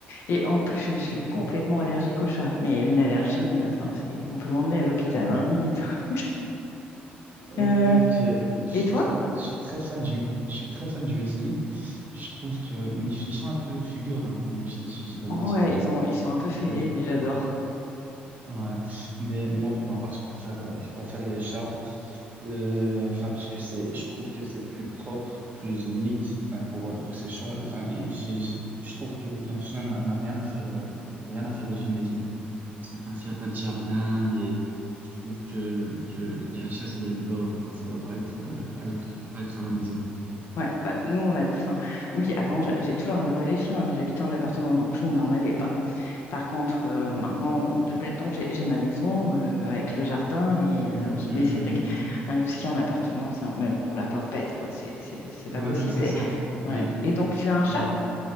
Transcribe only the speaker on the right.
Ok.
Euh,
Ok, je suis
très, je suis très fan du, je suis très fan du husky. Je trouve que mais ils, ils sont un peu fugueurs, hein, les huskies, si je dis pas
de bêtises.
Et,
euh,
ouais. Mais moi, pour ma part, je préfère, euh, je préfère les chats. Euh, Enfin, parce que c'est, je trouve que c'est plus propre, plus unique. Enfin, pour euh, pour ses choix. Enfin, j'ai- j'ai- je trouve que qu'un chien n'a n'a rien à faire, euh, rien à faire dans une maison. Parce que, enfin, s'il n'y a pas de jardin, et je trouve que, que, qu'à la chasse, ça doit être dehors, quoi. Ça doit pas être, euh, pas être, pas être à la maison.
Hum,
hum,
hum,
hum,
hum.
Ouais,
non, c'est
ça. hein.
Mais
il y a,